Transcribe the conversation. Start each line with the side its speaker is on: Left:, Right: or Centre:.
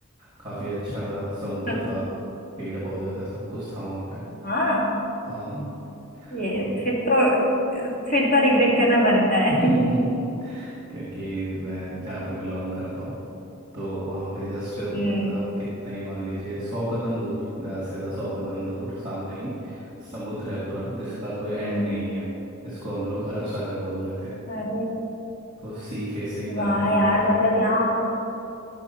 Right: काफ़ी अच्छा था समुद्र
Left: <laughs>
Right: था पेड़ पौधे थे सब कुछ था वहाँ पे
Left: हाँ
Right: हाँ
Left: ये
Right: हम्म।
Left: फिर तो फिर तो रिग्रेट करना बनता
Right: <laughs>
Left: है <laughs>
Right: क्योंकि मैं जहाँ पे बिलोंग करता हूँ तो वहाँ पे जस्ट मतलब
Left: हम्म
Right: कितना ही मान लीजिए सौ कदम दूर ज़्यादा से ज़्यादा सौ कदम दूर सामने ही समुद्र है पूरा जिसका कोई एंड
Left: हम्म
Right: नहीं है इसको हम लोग अरब सागर बोल देते हैं
Left: अरे
Right: तो सी फेसिंग करता
Left: वाह
Right: मेरा
Left: यार
Right: वहाँ
Left: मतलब
Right: पे
Left: यहाँ हम